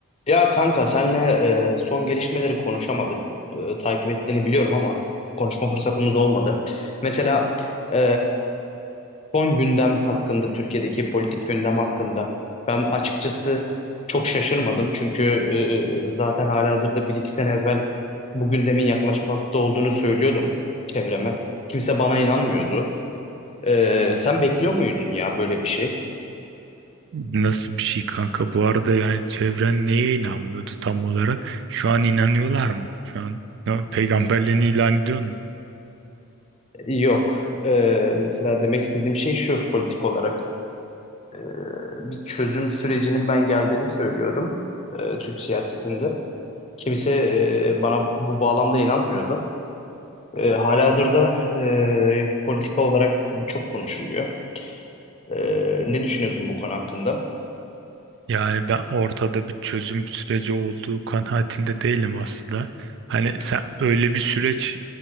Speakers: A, on the left (about 30°); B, on the right (about 55°).
A: Ya kanka senle e, son gelişmeleri konuşamadık. E, takip ettiğini biliyorum ama konuşma fırsatımız olmadı. Mesela e, son gündem hakkında, Türkiye'deki politik gündem hakkında ben açıkçası çok şaşırmadım. Çünkü e, zaten halihazırda bir iki sene evvel bu gündemin yaklaşmakta olduğunu söylüyordum çevreme. Kimse bana inanmıyordu. E, sen bekliyor muydun ya böyle bir şey?
B: Nasıl bir şey kanka? Bu arada yani çevren neye inanmıyordu tam olarak? Şu an inanıyorlar mı? Şu an ne- peygamberliğini ilan ediyor mu?
A: Yok. E, mesela demek istediğim şey şu politik olarak. e, bir çözüm sürecinin ben geldiğini söylüyordum e, Türk siyasetinde. Kimse e, bana bu bağlamda inanmıyordu. E, halihazırda e, politika olarak bu çok konuşuluyor. E, ne düşünüyorsun bu konu hakkında?
B: Yani ben ortada bir çözüm süreci olduğu kanaatinde değilim aslında. Hani sen öyle bir süreç